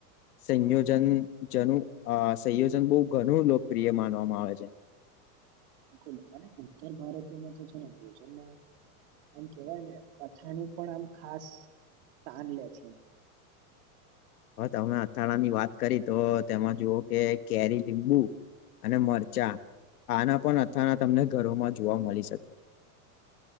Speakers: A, on the left; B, on the right.
A: સંયોજન જન સંયોજન બહુ ઘણું લોકપ્રિય માનવામાં આવે છે.
B: બિલકુલ અને ઉત્તર ભારતીયમાં તો છે ને ભોજનમાં આમ કેવાય ને અથાણું પણ આમ ખાસ તાન લે છે. <inaudible> <unintelligible>
A: હ તમે અથાણા ની વાત કરી તો તેમાં જુઓ કે કેરી લીંબુ અને મરચાં આના પણ અથાણા તમને ઘરોમાં જોવા મળી શકે